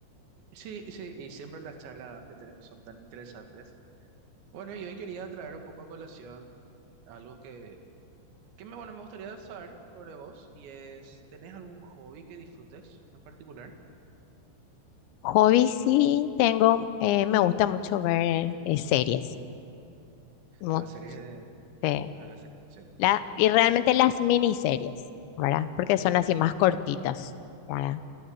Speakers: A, on the right; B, on the left.
A: Sí, y sí, y siempre las charlas que tenemos son tan interesantes. Bueno, y hoy quería traer un poco a colación algo que, que me, bueno, me gustaría saber sobre vos y es, ¿tenés algún hobby que disfrutes en particular?
B: Hobby sí tengo, eh, me gusta mucho ver eh, series mu-
A: A series de...
B: eh,
A: A la serie, sí.
B: la, y realmente las miniseries, ¿verdad? Porque son así
A: Ujú.
B: más cortitas, ¿verdad?